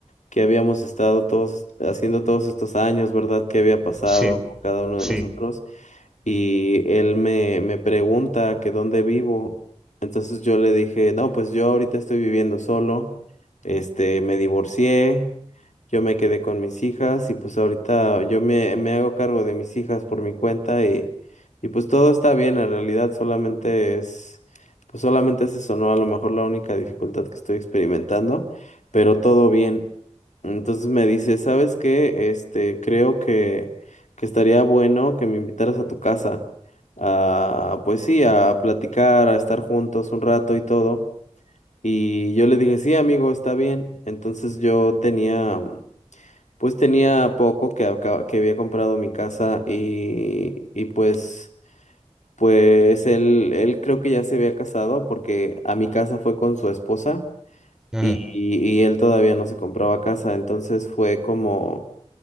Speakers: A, on the left; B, in the centre.
A: qué habíamos estado todos haciendo todos estos años, ¿verdad? ¿Qué había pasado
B: Sí,
A: con cada uno
B: sí,
A: de nosotros? y él me, me pregunta que dónde vivo. Entonces yo le dije, no, pues yo ahorita estoy viviendo solo, este, me divorcié, yo me quedé con mis hijas y pues ahorita yo me, me hago cargo de mis hijas por mi cuenta y, y pues todo está bien, en realidad solamente es, pues solamente es eso, ¿no? A lo mejor la única dificultad que estoy experimentando, pero todo bien. Entonces me dice, ¿sabes qué? Este, creo que que estaría bueno que me invitaras a tu casa a, pues sí, a platicar, a estar juntos un rato y todo. Y yo le dije, sí, amigo, está bien. Entonces yo tenía, pues tenía poco que, acaba- que había comprado mi casa y, y pues, pues él, él creo que ya se había casado porque a mi casa fue con su esposa
B: ujú,
A: y, y y él todavía no se compraba casa. Entonces fue como